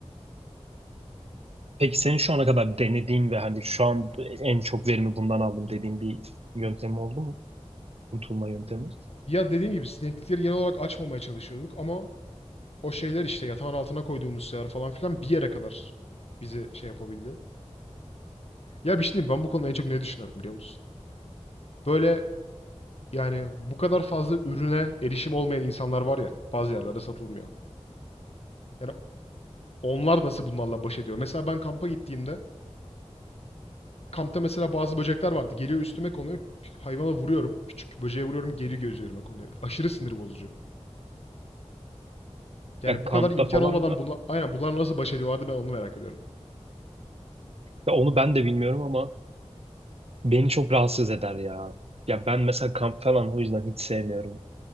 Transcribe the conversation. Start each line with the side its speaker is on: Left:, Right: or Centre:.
Right: Peki senin şu ana kadar denediğin ve hani şu an en çok verimi bundan aldım dediğin bir yöntem oldu mu? Kurtulma yöntemi.
Left: Ya dediğim gibi sineklikleri genel olarak açmamaya çalışıyorduk ama o şeyler işte yatağın altına koyduğumuz şeyler falan filan bir yere kadar bizi şey yapabildi. Ya bir şey diyeyim ben bu konuda en çok ne düşünüyorum biliyor musun? Böyle yani bu kadar fazla ürüne erişim olmayan insanlar var ya bazı yerlerde satılmıyor. Yani onlar nasıl bunlarla baş ediyor? Mesela ben kampa gittiğimde kampta mesela bazı böcekler vardı. Geliyor üstüme konuyor. Hayvana vuruyorum. Küçük böceğe vuruyorum. Geri göz üzerime konuyor. Aşırı sinir bozucu. Yani
Right: Ya
Left: bu kadar
Right: kampta
Left: imkan
Right: falan
Left: olmadan bunla, aynen bunlar nasıl baş ediyorlardı ben onu merak ediyorum.
Right: Ya onu ben de bilmiyorum ama beni çok rahatsız eder ya. Ya ben mesela kamp falan o yüzden hiç sevmiyorum.